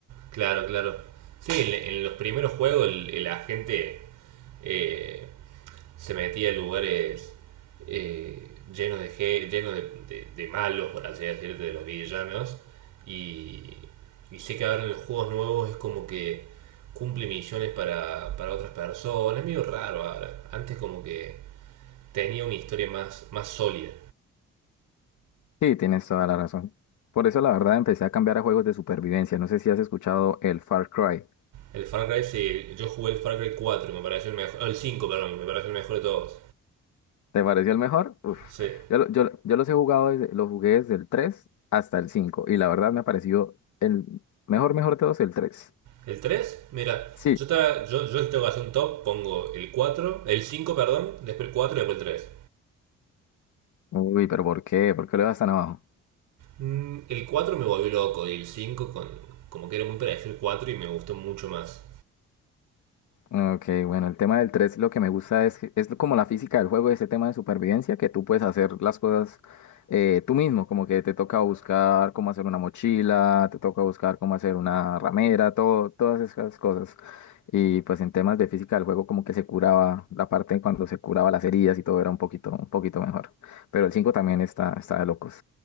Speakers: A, on the right; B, on the left.
A: Claro, claro. Sí, en, en los primeros juegos el, el agente eh, se metía en lugares eh, llenos de llenos de, de- de malos, por así decirte, de los villanos. Y, y sé que ahora en los juegos nuevos es como que cumple misiones para, para otras personas. Es medio raro ahora. Antes como que tenía una historia más, más sólida.
B: Sí, tienes toda la razón. Por eso la verdad empecé a cambiar a juegos de supervivencia. No sé si has escuchado el Far Cry.
A: El Far Cry, sí, yo jugué el Far Cry cuatro me pareció el mejor. El 5 perdón, me pareció el mejor de todos.
B: ¿Te pareció el mejor? Uf.
A: Sí.
B: Yo, lo- yo, lo- yo los he jugado, desde, los jugué desde el 3 hasta el 5 y la verdad me ha parecido el mejor, mejor de todos el 3.
A: El tres mira,
B: Sí.
A: yo, estaba, yo, yo si tengo que hacer un top, pongo el 4 el 5 perdón, después el 4 y después el 3.
B: Uy, pero ¿por qué? ¿Por qué lo vas tan abajo?
A: Mm, El 4 me volvió loco y el 5 con, como que era muy parecido el 4 y me gustó mucho más.
B: Ok, bueno, el tema del 3, lo que me gusta es, que- es como la física del juego, ese tema de supervivencia, que tú puedes hacer las cosas eh, tú mismo, como que te toca buscar cómo hacer una mochila, te toca buscar cómo hacer una ramera, todo, todas esas cosas. Y pues en temas de física del juego como que se curaba la parte en cuando se curaba las heridas y todo era un poquito, un poquito mejor. Pero el 5 también está, está de locos.